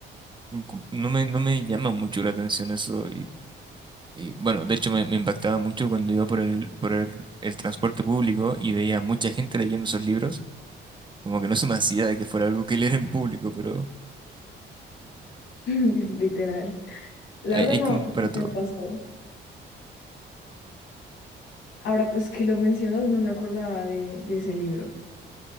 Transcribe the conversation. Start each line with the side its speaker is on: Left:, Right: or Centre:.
Right: Como- No me, no me llama mucho la atención eso Y bueno, de hecho me, me impactaba mucho cuando iba por el, por el, el transporte público y veía mucha gente leyendo esos libros, como que no se me hacía de que fuera algo que leer en público, pero
Left: <laughs> Literal. La
Right: hay,
Left: verdad
Right: hay
Left: no,
Right: como
Left: no
Right: para todo.
Left: me pasó. Ahora pues que lo mencionas, no me acordaba de, de ese libro.